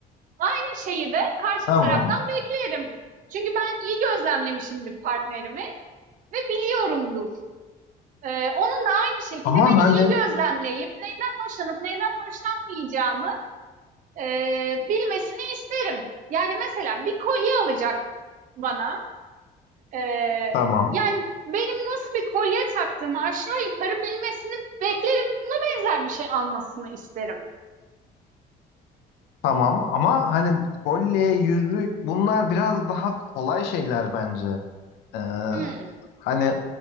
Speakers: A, on the right (about 50°); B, on the left (about 80°).
A: Aynı şeyi de karşı
B: Tamam.
A: taraftan bilirim. Çünkü ben iyi gözlemlemişimdir partnerimi. ve biliyorumdur. Ee, onun da aynı şekilde
B: Ama
A: beni
B: hani
A: iyi gözlemleyip neyden hoşlanıp neyden hoşlanmayacağımı e, bilmesini isterim. Yani mesela bir kolye alacak bana. Ee,
B: tamam.
A: yani benim nasıl bir kolye taktığımı aşağı yukarı bilmesini beklerim benzer bir şey almasını isterim.
B: Tamam ama hani kolye, yüzük bunlar biraz daha kolay şeyler bence. Ee,
A: Hmm.
B: hani